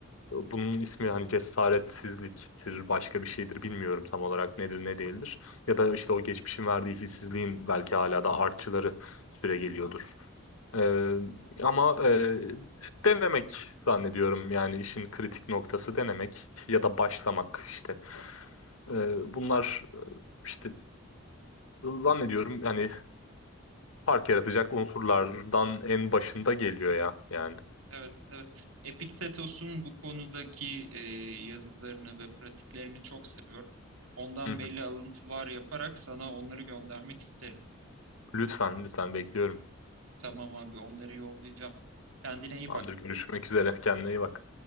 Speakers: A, on the left; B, on the right.
A: bunun ismi hani cesaretsizliktir, başka bir şeydir bilmiyorum tam olarak nedir ne değildir. Ya da işte o geçmişin verdiği hissizliğin belki hala da artçıları süre geliyordur. Ee, ama e, denemek zannediyorum yani işin kritik noktası denemek ya da başlamak işte. Ee, bunlar işte zannediyorum yani fark yaratacak unsurlardan en başında geliyor ya yani.
B: Evet, evet. Epiktetos'un bu konudaki e, yazılarını ve pratiklerini çok seviyorum. Ondan
A: Hı hı.
B: belli alıntılar yaparak sana onları göndermek isterim.
A: Lütfen lütfen bekliyorum.
B: Tamam abi, onları yollayacağım. Kendine iyi
A: Tamamdır
B: bak.
A: görüşmek üzere. Kendine iyi bak.